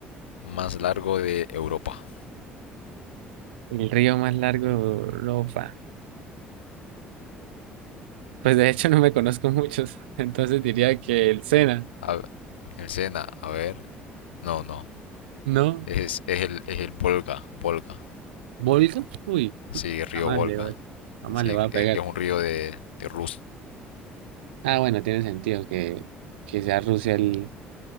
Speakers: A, on the left; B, on the right.
A: más largo de Europa?
B: El río más largo de Europa. Pues de hecho no me conozco muchos. <laughs> Entonces diría que el Sena.
A: A ver, el Sena, a ver. No, no.
B: ¿No?
A: Es, es el, es el Volga, Volga.
B: ¿Volga? Uy,
A: Sí, el río
B: jamás
A: Volga.
B: le, voy- jamás
A: Sí,
B: le voy a pegar.
A: e- es un río de, de Rusia.
B: Ah, bueno, tiene sentido que, que sea Rusia el,